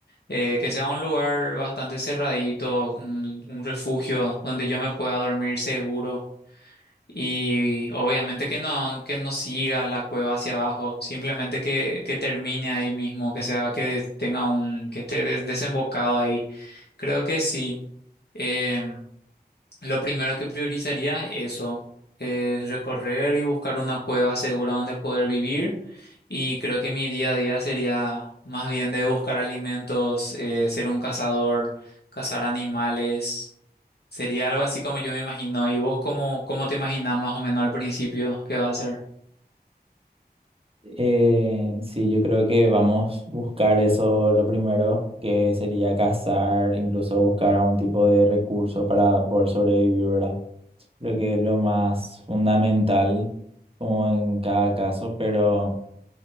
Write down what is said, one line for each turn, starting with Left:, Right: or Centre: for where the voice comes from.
Left: eh, que sea un lugar bastante cerradito, un, un refugio donde yo me pueda dormir seguro y obviamente que no, que no siga la cueva hacia abajo, simplemente que, que termine ahí mismo, que sea, que tenga un, que esté des- desembocado ahí. Creo que sí. Em, lo primero que priorizaría es eso, es recorrer y buscar una cueva segura donde poder vivir. Y creo que mi día a día sería más bien de buscar alimentos, eh, ser un cazador, cazar animales. Sería algo así como yo me imagino. ¿Y vos cómo, cómo te imaginas más o menos al principio qué va a ser?
Right: Eh, sí, yo creo que vamos a buscar eso lo primero, que sería cazar, incluso buscar algún tipo de recurso para poder sobrevivir, ¿verdad? Creo que es lo más fundamental, como en cada caso, pero...